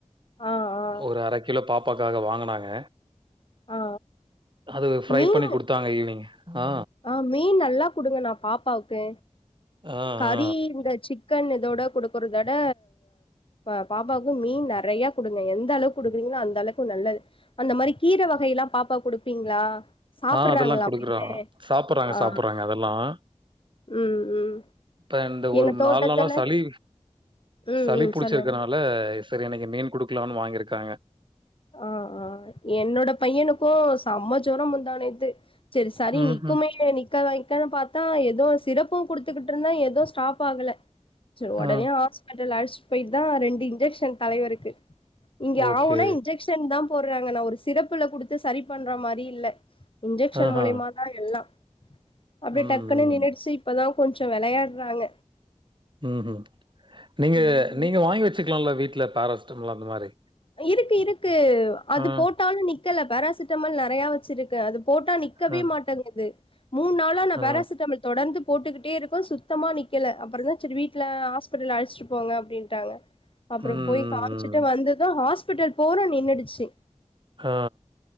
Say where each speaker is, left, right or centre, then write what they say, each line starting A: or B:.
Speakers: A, on the left (about 50°); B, on the right (about 45°).
A: ஆ ஆ
B: ஒரு அரை கிலோ பாப்பாக்காக வாங்கனாங்க
A: ஆ
B: அது ஃப்ரை
A: மீன்
B: பண்ணி கொடுத்தாங்க ஈவினிங் ஆ
A: ஆ மீன் நல்லா கொடுங்கன்னா பாப்பாவுக்கு
B: ஆ,
A: கறி
B: ஆ.
A: இந்த சிக் கன் இதோட குடுக்குறத விட அ பாப்பாவுக்கு மீன் நறையா குடுங்க எந்த அளவுக்கு குடுக்குறீங்களோ அந்த அளக்கு நல்லது அந்த மாரி கீரை வகையெல்லாம் பாப்பா குடுப்பீங்களா சாப்புட்றாங்களா
B: ஆ அதெல்லாம் குடுக்குறோ
A: மென்னு
B: சாப்பிட்றாங்க
A: ஆ
B: சாப்பிட்றாங்க அதல்லாம்
A: ம் ம்
B: இப்ப இந்த ஒரு
A: எங்க தோட்டத்துல
B: நாள் நாளா சளி
A: ம்
B: சளி
A: ம்
B: புடிச்சிருக்கறனா
A: சொல்லுங்க
B: ல சேரி இன்னைக்கு மீன் குடுக்கலாம்னு வாங்கிருக்காங்க
A: ஆ ஆ என்னோட பையனுக்கும் சம ஜோரம் முந்தாநேத்து சேரி சளி
B: ம்ஹ்ம்.
A: நிக்குமே நிக் க வைக்க வைக்கன்னு பாத்தா எதோ சிறப்பும் குடுத்துக்கிட்டு இருந்த எதோ ஸ்டாப் ஆகல சோ உடனே
B: ஆ.
A: ஹாஸ்பிட்டல் அழச்சிட்டு போய்ட்டு தான் ரெண்டு இன்ஜெக்ஷன் தலைவர்க்கு இங்க
B: ஓகே.
A: ஆஓனா இன்ஜெக்ஷன் தான் போடுறாங்க நான் ஒரு சிறப்புல குடுத்து சரி பண்ற மாரி இல்ல இன்ஜெக்ஷன்
B: ஆஹா.
A: மூலியமா தான் எல்லா அப்டே
B: ம்,
A: டக் குனு
B: ம்.
A: நின்னுடுச்சி இப்பதான் கொஞ்சோ விளையாடுறாங்க
B: ம் ம் நீங்க
A: ம்
B: நீங்க வாங்கி வச்சுக்கலால வீட்ல பேராசிட்டமல் அந்த மாரி
A: இருக்கு இருக்கு அது
B: ஆ,
A: போட்டாலும் நிக்கல பேராசிட்டமல் நறையா வச்சிருக்க அது போட்டா நி நிக்கவே
B: ஆ,
A: மாட்டேங்குது மூணு நாளா நான்
B: ஆ.
A: பேராசிட்டாமல் தொடர்ந்து போட்டுக்கிட்டே இருக்க சுத்தமாக நிக்கல அப்பறம் தான் சரி வீட்ல ஹாஸ்பிட்டல் அழச்சிட்டு போங்க அப்டின்னு ட்டாங்க அப்றோம்
B: ம்,
A: போய்
B: ம்,
A: காமிச்சுட்டு
B: ம்.
A: வந்ததும் ஹாஸ்பிட்டல் போறோம் நின்னுடுச்சி
B: அ